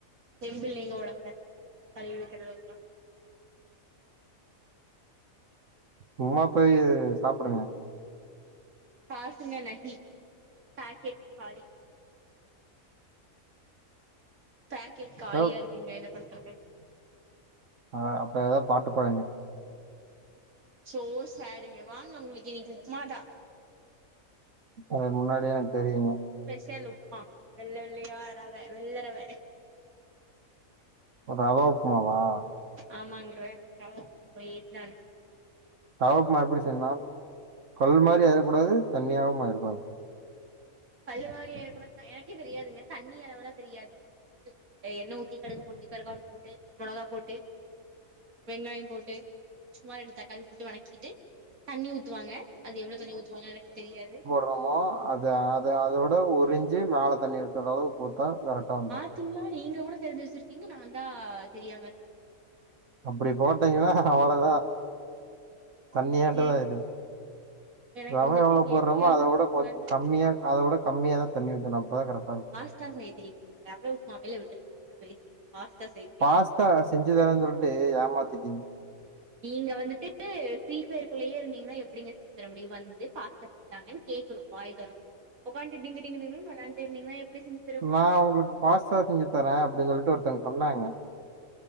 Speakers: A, on the right; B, on the right.
A: தெம்பு இல்லைங்க ஒடம்புல கழுவி வைக்கிற அளவுக்குல்லா
B: சும்மா போய் சாப்புடுங்க
A: காசுங்க நகி பேக்கெட் காலி பேக்கெட் காலியா
B: ஏதோ
A: இருக்குங்க என்ன பண்றது
B: ஆ, அப்ப ஏதாவது பாட்டு பாடுங்க
A: சோ சேடுங்க வாங்க உங்களுக்கு இன்னைக்கி உப்புமாதா
B: அது முன்னாடியே எனக்கு தெரியுங்க
A: ஸ்பெஷல் உப்புமா வெள்ள வெள்ளயா ரவ வெள்ளரவ
B: ரவா உப்புமாவா
A: ஆமாங்க ரவ ஒயிட்டா
B: ரவர உப்புமா எப்படி செய்னுன்னா கல் மாரி ஆயிரக்கூடாது தண்ணியாவு ஆயிடக்கூடாது
A: கல் மாரி ஆயிடக் கூடாதுன்னா எனக்கே தெரியாதுங்க தண்ணி அளவுல்லா தெரியாது ஃபர்ஸ்ட் அ எண்ணெ ஊத்தி கடுக்கு போட்டு கருகாப்புல்ல போட்டு மொளகா போட்டு வெங்காயம் போட்டு சும்மா ரெண்டு தக்காளி போட்டு வணக்கிட்டு தண்ணி ஊத்துவாங்க அது எவ்ளோ தண்ணி ஊத்துவாங்கனு எனக்கு தெரியாது
B: றமோ அது அத அதோட ஒரு இஞ்சி மேல தண்ணி இருக்கறளவு ஊத்த கரெக்டா வந்துரு
A: பாத்தீங்களா நீங்க கூட தெரிஞ்சு வச்சிருக்கீங்க நான்தா தெரியாமருக்கே
B: அப்டி போட்டீங்கனா அவ்வளதா தண்ணியாட்டந்தா
A: ஏங்க
B: ஆயிடு
A: எனக்கு
B: ரவ
A: வந்துட்டு
B: எவ்ளோ
A: கெட்டியாவு
B: போட்றமோ அதை
A: இருக்க
B: விட
A: கூடாது
B: கொஞ் கம்மியா அதவிட கம்மியாதா தண்ணி ஊத்துனு அப்பதா கரெக்டா இருக்கு
A: அதா செய்ய தெரியுது ரவ உப்புமாவ எல்லா விட்டுருங்க அதெல்லா வேஸ்ட் பாஸ்தா செய்
B: பாஸ்தா செஞ்சுதரேன்னு சொல்லிட்டு ஏமாத்திட்டீங்க
A: நீங்க வந்துட்டு ஃப்ரீஸர்குள்ளயே இருந்தீங்கனா எப்படிங்க செஞ்சு தர முடியு வந்து பாஸ்தா தாங்கனு கேக்கணு வாய தொறந்து ஒக்காண்ட்டு டிங்கு டிங்குனு வெளாண்ட்டே இருந்தீங்கனா எப்டி செஞ்சி
B: நா உங்களுக்கு பாஸ்தா செஞ்சு தரே அப்டின்னு சொல்லிட்டு ஒருத்தவங்க சொன்னாங்க